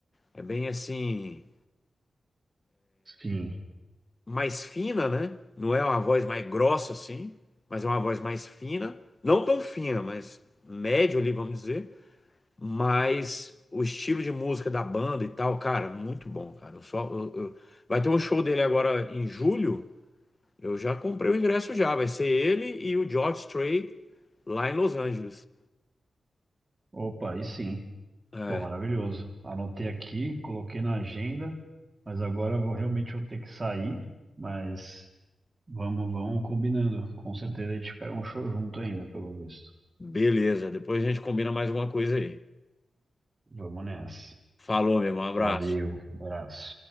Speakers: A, on the left; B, on the right.
A: é bem assim
B: Sim.
A: mais fina, né? Não é uma voz mais grossa assim, mas é uma voz mais fina. Não tão fina, mas médio ali, vamos dizer. Mas o estilo de música da banda e tal, cara, muito bom, cara. Eu só, eu- eu- Vai ter um show dele agora em julho. Eu já comprei o ingresso já. Vai ser ele e o George Strait lá em Los Angeles.
B: Opa, aí sim.
A: É,
B: Pô, maravilhoso. Anotei aqui, coloquei na agenda, mas agora eu vou realmente vou ter que sair, mas vamos, vamos combinando. Com certeza a gente pega um show junto ainda, pelo visto.
A: beleza. Depois a gente combina mais alguma coisa aí.
B: Vamos nessa.
A: Falou, meu irmão. Um abraço.
B: Valeu, abraço.